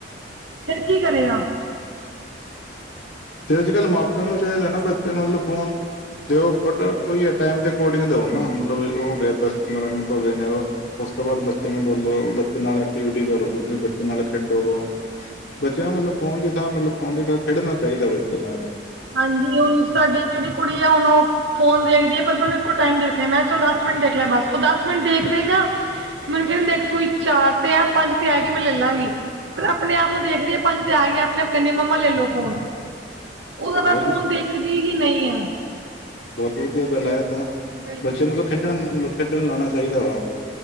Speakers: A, on the right; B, on the left.
A: ਫੇਰ ਕੀ ਕਰੇਗਾ।
B: ਤੇ ਅੱਜ -ਕੱਲ੍ਹ ਮਾਪਿਆਂ ਨੂੰ ਵੀ ਚਾਹੀਦਾ ਨਾ, ਮਤਲਬ ਬੱਚਿਆਂ ਨੂੰ ਫੋਨ ਦਿਓ ਬਟ ਉਹੀ ਹੈ ਟਾਈਮ ਦੇ ਅਕੋਰਡਿੰਗ ਦਿਓ ਨਾ, ਮਤਲਬ ਉਹ ਹੋ ਗਿਆ ਦਸ ਪੰਦਰਾਂ ਮਿੰਟ ਹੋ ਗਏ ਨੇ, ਉਹ ਉਸ ਤੋਂ ਬਾਅਦ ਬੱਚੇ ਨੂੰ ਬੋਲੋ, ਬੱਚੇ ਨਾਲ ਐਕਟੀਵਿਟੀ ਕਰੋ ਕੁਝ, ਬੱ ਬੱਚੇ ਨਾਲ ਖੇਡੋ, ਬੱਚਿਆਂ ਨੂੰ ਮਤਲਬ ਫੋਨ ਦੀ ਥਾਂ ਮਤਲਬ ਫੋਨ ਦੀ ਥਾਂ ਖੇਡਣਾ ਚਾਹੀਦਾ, ਬੱਚੇ ਨਾਲ।
A: ਹਾਂਜੀ, ਹੁਣ ਸਾਡੀ ਮੇਰੀ ਕੁੜੀ ਆ ਹੁਣ ਉਹ ਫੋਨ ਦੇਖਦੀ ਆ, ਪਰ ਮੈਂ ਉਹਨੂੰ ਇੱਕੋ ਟਾਈਮ ਦਿੰਦੀ ਆਂ, ਮੈਂ ਚਲ ਦਸ ਮਿੰਟ ਦੇਖ ਲੈ ਬਸ, ਉਹ ਦਸ ਮਿੰਟ ਦੇਖਦੇ ਨਾ ਮੈਨੂੰ ਕਹਿੰਦੇ ਦੇਖ ਸੂਈ ਚਾਰ ਤੇ ਐ, ਪੰਜ ਤੇ ਆਏਗੀ ਮੈਂ ਲੈ ਲਾਂਗੀ। ਫੇਰ ਆਪਣੇ ਆਪ ਨੂੰ ਦੇਖਦੀਏ ਪੰਜ ਤੇ ਆ ਗਿਆ, ਆਪਣੇ ਆਪ ਕਹਿੰਦੀ ਮੰਮਾ ਲੈ ਲੋ ਫੋਨ। ਜ਼ਾਦਾ
B: ਵਧੀਆ
A: ਫੋਨ ਦੇਖਦੀ ਹੀ ਨਹੀਂ ਐ।
B: ਬਹੁਤ ਵਧੀਆ ਗੱਲ ਐ ਇਹ ਤਾਂ,
A: ਬਿਲਕੁਲ
B: ਬੱਚੇ ਨੂੰ ਤਾਂ ਖੇਡਣ- ਖੇਡਣ ਲਾਣਾ ਚਾਹੀਦਾ ਵਾ।